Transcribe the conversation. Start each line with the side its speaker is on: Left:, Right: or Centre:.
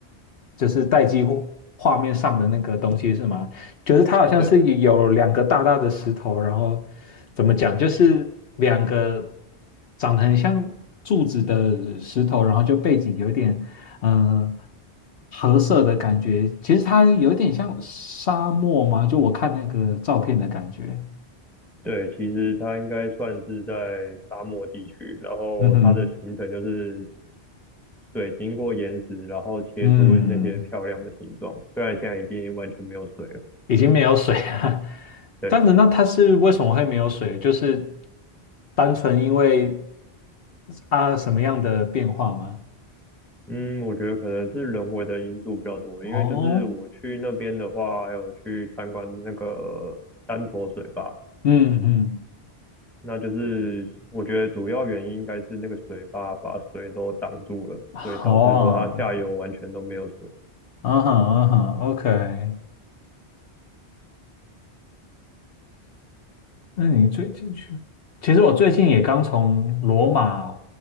Left: 就是待机户画面上的那个东西是吗？就是它好像是有两个大大的石头，
Centre: 对
Left: 然后怎么讲，就是两个长得很像柱子的石头，然后就背景有一点嗯、呃褐色的感觉，其实它有点像沙漠嘛，就我看那个照片的感觉，
Centre: 对，其实它应该算是在沙漠地区，然后它的行程就是
Left: 嗯哼。
Centre: 水经过岩石，然后切出那些漂亮的形状，
Left: 嗯，
Centre: 虽然现在已经完全没有水了。
Left: 已经没有水了。<laughs>
Centre: 对。
Left: 这样子，那它是为什么会没有水？就是单纯因为啊什么样的变化吗？
Centre: 嗯，我觉得可能是人为的因素比较多，
Left: 哦，
Centre: 因为就是我去那边的话，还有去参观那个丹佛水坝，
Left: 嗯嗯，
Centre: 那就是我觉得主要原因应该是那个水坝把水都挡住了，
Left: 好啊，
Centre: 所以导致说它下游完全都没有水。
Left: 嗯哼嗯哼，OK。那你最近去？其实我最近也刚从罗马